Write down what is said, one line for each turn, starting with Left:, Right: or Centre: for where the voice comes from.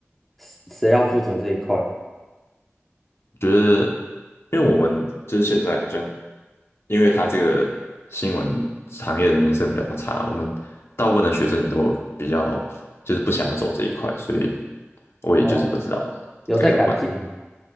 Centre: 谁谁要负责这一块？
Left: 觉得因为我们就是现在好像，因为他这个新闻行业的名声比较差，我们大部分的学生也都比较就是不想要走这一块，所以我也就是不知道该怎么办。
Centre: 哦，有在改进呢。